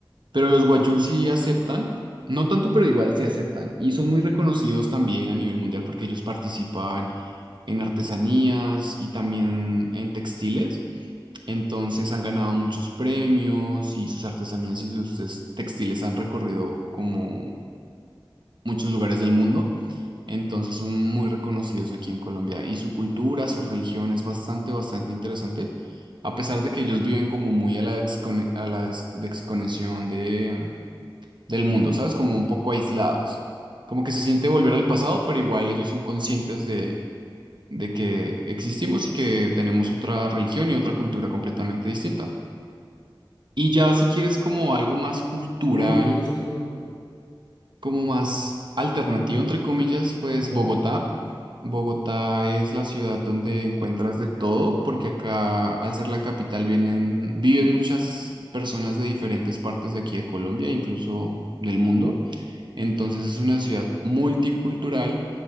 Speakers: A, on the right; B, on the left.
A: Pero los Guayú sí aceptan, no tanto, pero igual sí aceptan. Y son muy reconocidos también a nivel mundial porque ellos participan en artesanías y también en textiles. Entonces han ganado muchos premios y sus artesanías y sus es- textiles han recorrido como muchos lugares del mundo. Entonces son muy reconocidos aquí en Colombia y su cultura, su religión es bastante, bastante interesante. A pesar de que ellos viven como muy a la, descone- a la des- desconexión de, del mundo, ¿sabes? Como un poco aislados. Como que se siente volver al pasado, pero igual ellos son conscientes de que existimos y que tenemos otra religión y otra cultura completamente distinta. Y ya si quieres como algo más cultural,
B: Uy, justo,
A: como más alternativo, entre comillas, pues
B: ajá,
A: Bogotá. Bogotá es la ciudad donde encuentras de todo, porque acá, al ser la capital, vienen, viven muchas personas de diferentes partes de aquí de Colombia, incluso del mundo. Entonces es una ciudad multicultural